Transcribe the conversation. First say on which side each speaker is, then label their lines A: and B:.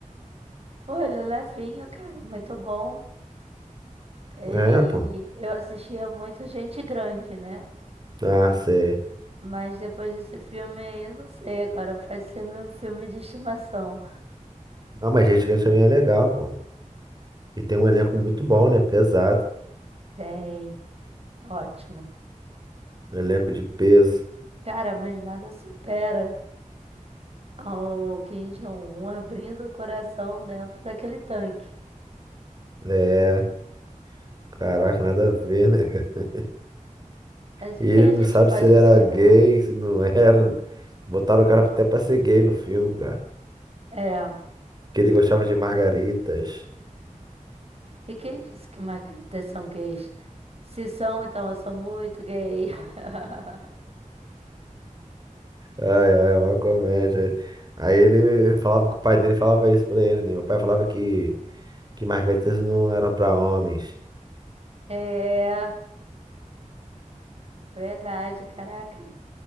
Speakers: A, on the right; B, on the right.
A: Pô, ele é levinho, cara. Muito bom. Ele,
B: É, pô.
A: eu assistia muito Gente Grande, né?
B: Ah, sei.
A: Mas depois desse filme aí, não sei agora, pode ser meu filme de estimação.
B: Ah, mas Gente Grande também é legal, pô. E tem um elenco muito bom, né? Pesado.
A: <laughs> Tem, ótimo.
B: Um elenco de peso.
A: Cara, mas nada supera ao Kim Jong-un abrindo o coração dentro daquele tanque.
B: É, caraca, nada a ver, <laughs> né, cara?
A: Mas o
B: E
A: que a
B: não
A: gente
B: sabe
A: pode
B: se ele era
A: tirar?
B: gay, se não era. Botaram o cara até pra ser gay no filme, cara.
A: É,
B: Que ele gostava de margaritas.
A: e quem disse que margaritas são gays? Se são, então eu sou muito gay. <laughs>
B: Ai, ai, uma comédia. Aí ele falava que o pai dele falava isso pra ele, né? Meu pai falava que, que margaritas não eram pra homens.
A: É, verdade, caraca.